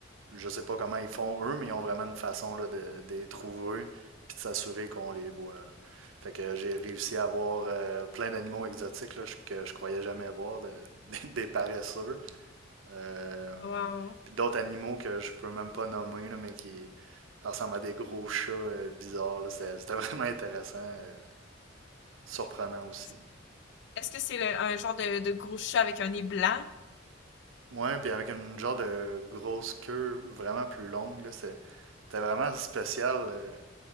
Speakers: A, on the right; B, on the left.
A: je sais pas comment ils font eux, mais ils ont vraiment une façon là, de, de les trouver puis de s'assurer qu'on les voit. là. Fait que j'ai réussi à voir euh, plein d'animaux exotiques là, que je croyais jamais voir, de- <laughs> des paresseux. Euh,
B: Wow.
A: puis d'autres animaux que je peux même pas nommer, là, mais qui ça ressemble à des gros chats euh, bizarres. là. C'est- C'était <laughs> vraiment intéressant, euh, surprenant aussi.
B: Est-ce est-ce que c'est le- un genre de, de gros chat avec un nez blanc?
A: Ouais, puis avec une genre de grosse queue vraiment plus longue, là, c'est- c'était vraiment spécial. euh.